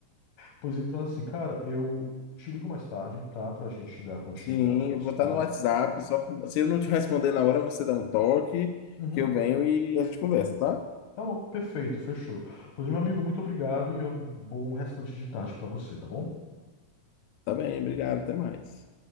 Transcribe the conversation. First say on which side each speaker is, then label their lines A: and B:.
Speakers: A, on the left; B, on the left.
A: Pois então, assim, cara, eu te ligo mais tarde, tá? Pra gente dar continuidade
B: Sim,
A: ao nosso
B: botar
A: papo.
B: no WhatsApp. Só, se eu não te responder na hora, você dá um toque,
A: Uhum.
B: que eu venho e a gente conversa, tá?
A: Tá bom, perfeito, fechou. Pois, meu amigo, muito obrigado e bom restante de tarde pra você, tá bom?
B: Tá bem, obrigado, até mais.